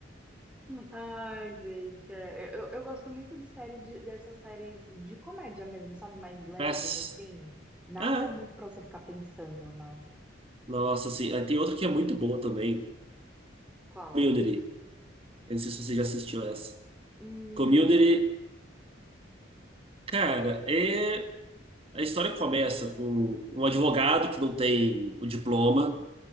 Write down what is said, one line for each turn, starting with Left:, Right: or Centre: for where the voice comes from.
Centre: Ai, gente, é, eu, eu gosto muito de série de- dessas séries de comédia mesmo, sabe? Mais leves,
Right: Mas,
Centre: assim. Nada
Right: é.
Centre: muito pra você ficar pensando, né?
Right: Nossa, assim. aí Tem outra que é muito boa também.
Centre: Qual?
Right: Community. Eu não sei se você já assistiu essa.
Centre: Não,
Right: Community,
Centre: é-
Right: cara, é. A história começa com um advogado que não tem o diploma.